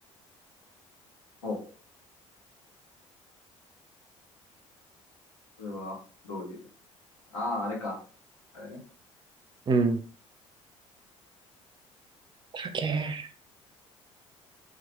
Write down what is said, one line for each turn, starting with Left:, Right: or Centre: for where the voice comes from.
Left: おこれはどういうああ、あれか。あれね。
Right: うん。かけ